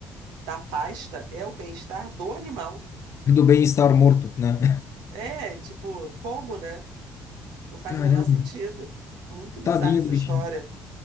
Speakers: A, on the right (about 65°); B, on the left (about 40°).
A: da pasta é o bem-estar do animal.
B: do bem-estar morto, né?
A: É, tipo, como, né? Não faz
B: Caramba,
A: o menor sentido. Muito bizarra
B: tadinho
A: essa
B: do bichinho.
A: história.